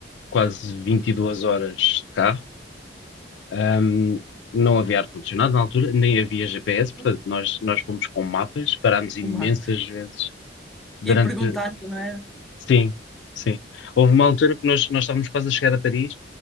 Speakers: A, on the left; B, in the centre.
A: quase 22 horas de carro Um, não havia ar-condicionado na altura, nem havia GPS, portanto,
B: Pois,
A: nós, nós fomos com mapas, parámos imensas
B: uma...
A: vezes durante.
B: Ir perguntando, não era?
A: Sim, sim. Houve uma altura que nós, nós estávamos quase a chegar a Paris,